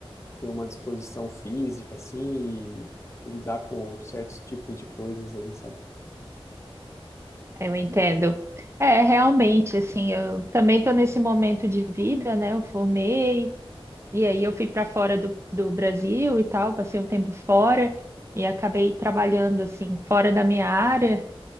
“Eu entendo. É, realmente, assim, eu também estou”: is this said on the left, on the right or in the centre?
Right